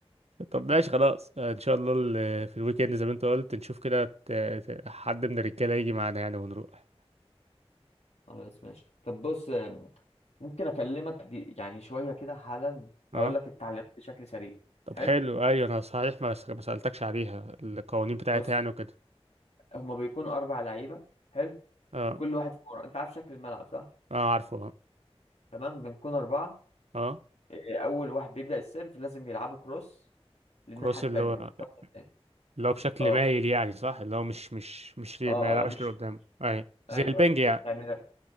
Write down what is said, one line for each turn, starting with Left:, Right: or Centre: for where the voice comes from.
Right: طب ماشي خلاص آه، ان شاء الله ال- في الويك اند زي ما انت قلت نشوف كده ت- ت- حد من الرجاله يجي معانا يعني ونروح
Left: خلاص ماشي طب بص ممكن أكلمك دي... يعني شوية كده حالا
Right: اه
Left: أقول لك التعليمات بشكل سريع
Right: طب
Left: حلو
Right: حلو ايوه انا صحيح ما ما سألتكش عليها القوانين بتاعتها
Left: بص
Right: يعني وكده
Left: هما بيكونوا أربع لعيبة حلو
Right: اه
Left: كل واحد في مرة أنت عارف شكل الملعب صح
Right: اه عارفه اه
Left: تمام بنكون أربعة
Right: اه
Left: إيه، أول واحد بيبدأ السيرف لازم يلعبوا كروس للناحية
Right: كروس
Left: التانية
Right: اللي هو
Left: للشخص التاني
Right: اللي هو بشكل
Left: اه
Right: مايل يعني صح اللي هو مش مش مش ليه-
Left: اه
Right: ما يلعبش
Left: اه مش
Right: لقدام اي زي
Left: ايوه
Right: البنج
Left: ايوه
Right: يعني
Left: يعني لا.